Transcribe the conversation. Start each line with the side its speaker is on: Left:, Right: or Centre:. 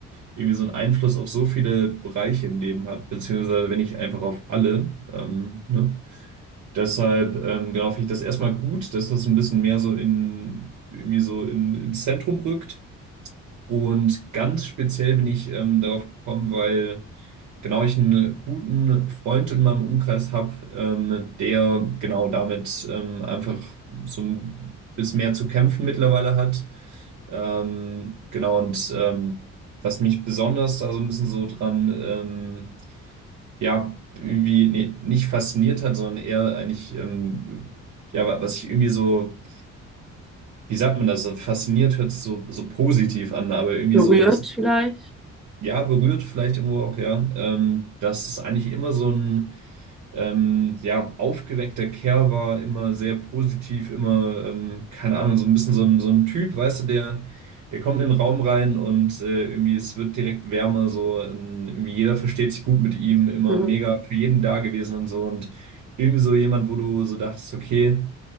Right: irgendwie so einen Einfluss auf so viele Bereiche im Leben hat, beziehungsweise wenn nicht einfach auf alle. Ähm, ne? Deshalb, ähm, genau, finde ich das erstmal gut, dass das ein bisschen mehr so in, irgendwie so in, ins Zentrum rückt. Und ganz speziell bin ich ähm, darauf gekommen, weil genau ich einen guten Freund in meinem Umkreis habe, ähm, der genau damit ähm, einfach so ein bisschen mehr zu kämpfen mittlerweile hat. Ähm, genau, und ähm, was mich besonders da so ein bisschen so dran, ähm, ja, irgendwie nee, nicht fasziniert hat, sondern eher eigentlich, ähm, ja, wa- was ich irgendwie so, wie sagt man das, so fasziniert hört sich so, so positiv an, aber irgendwie
Centre: Berührt
Right: so ein bisschen
Centre: vielleicht.
Right: ja, berührt vielleicht irgendwo auch, ja. Ähm, dass es eigentlich immer so ein ähm, ja, aufgeweckter Kerl war, immer sehr positiv, immer, ähm, keine Ahnung, so ein bisschen so ein, so ein Typ, weißt du, der, der kommt in den Raum rein und äh, irgendwie es wird direkt wärmer, so ähm, irgendwie jeder versteht sich gut mit ihm, immer
Centre: Mhm.
Right: mega für jeden da gewesen und so und irgendwie so jemand, wo du so dachtest, okay,